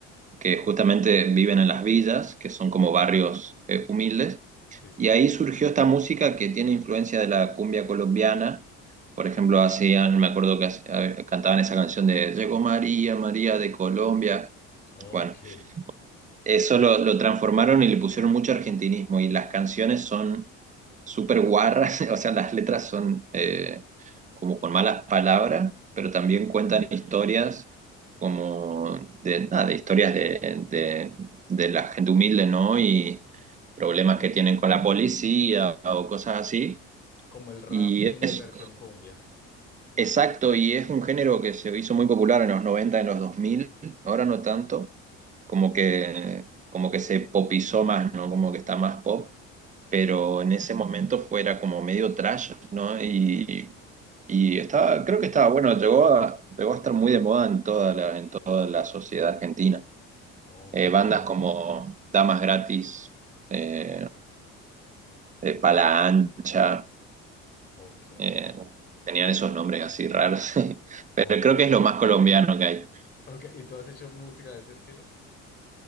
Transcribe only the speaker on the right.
que justamente viven en las villas, que son como barrios eh, humildes.
Y
ahí surgió esta música que tiene influencia de la cumbia colombiana. Por ejemplo, hacían, me acuerdo que hacían- cantaban esa canción de Llegó María, María de Colombia.
Bueno, Eso lo, lo transformaron y le pusieron mucho argentinismo y las canciones son súper guarras, <laughs> o sea, las letras son eh, como con malas palabras, pero
también cuentan historias como de, nada, de historias de, de- de la gente humilde, ¿no? Y problemas
que tienen con la policía o cosas así.
Y
es
exacto, y es un género que se hizo muy popular en los 90 en los dos mil ahora no tanto como que, como que se popizó más, ¿no? Como que está más pop,
pero en ese momento fuera como medio trash, ¿no? Y, y estaba, creo que estaba bueno, llegó a, llegó a estar muy de moda en toda la, en toda la sociedad argentina.
Eh,
bandas como Damas Gratis, eh, eh, Pala Ancha,
eh, tenían esos nombres así raros, <laughs> pero
creo que es lo más colombiano que hay.